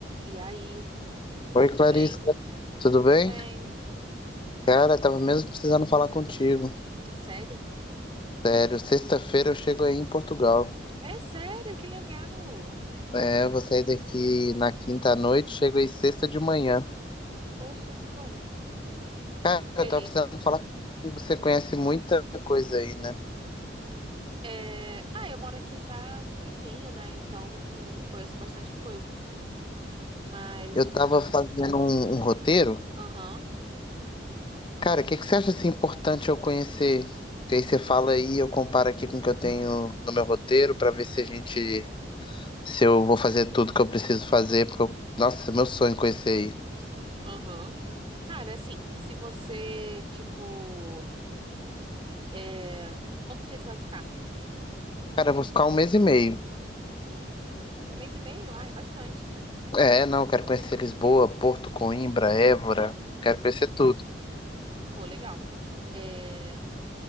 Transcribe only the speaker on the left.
Oi,
Clarissa,
tudo
bem?
Cara, tava mesmo precisando falar contigo.
Sério, sexta-feira eu chego aí em Portugal.
É, eu vou sair daqui na quinta à noite, chego aí sexta de manhã.
Cara,
eu tava precisando falar contigo, você conhece muita coisa aí, né?
Eu tava fazendo um, um roteiro.
Cara, o que que você acha assim importante eu conhecer? Que aí você fala aí, eu comparo aqui com o que eu tenho no meu roteiro pra ver se a gente, se eu vou fazer tudo que eu preciso fazer, porque eu, nossa, meu sonho é conhecer aí.
Cara, eu vou ficar um mês e meio.
É, não, quero conhecer Lisboa, Porto, Coimbra, Évora, quero conhecer tudo.